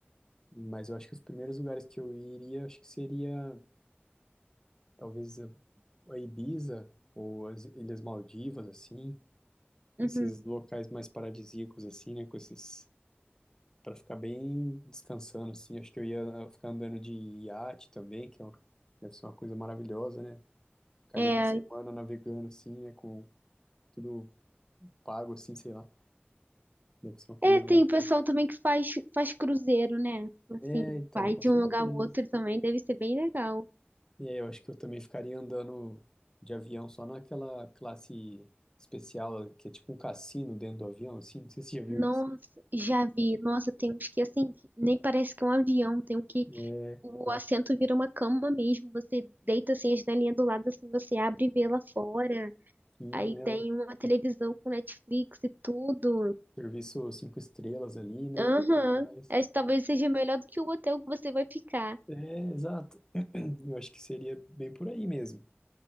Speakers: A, on the left; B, on the right.
A: mas eu acho que os primeiros lugares que eu iria, acho que seria talvez a a Ibiza ou as Ilhas Maldivas, assim.
B: Uhum.
A: Esses locais mais paradisíacos, assim, né? Com esses... para ficar bem descansando, assim. Acho que eu ia ah, ficar andando de iate também, que é uma- deve ser uma coisa maravilhosa, né? Ficar
B: É,
A: ali uma semana navegando, assim, né? Com tudo pago, assim, sei lá. Deve ser uma coisa
B: é,
A: maravilhosa.
B: tem pessoal também que faz, faz cruzeiro, né? Assim,
A: É, então,
B: vai
A: com
B: de
A: certeza.
B: um lugar ao outro também, deve ser bem legal.
A: E aí, eu acho que eu também ficaria andando de avião só naquela classe especial, que é tipo um cassino dentro do avião, assim. Não sei se você já
B: Nossa,
A: viu isso.
B: já vi. Nossa, tem uns que assim, nem parece que é um avião, tem um que
A: É,
B: O assento vira uma cama mesmo. Você deita assim a janelinha do lado, assim você abre e vê lá fora.
A: sim,
B: Aí
A: né?
B: tem
A: O
B: uma televisão com Netflix e tudo.
A: serviço cinco estrelas ali, né?
B: Aham.
A: E tudo mais.
B: Acho que talvez seja melhor do que o hotel que você vai ficar.
A: É, exato. <clears throat> Eu acho que seria bem por aí mesmo.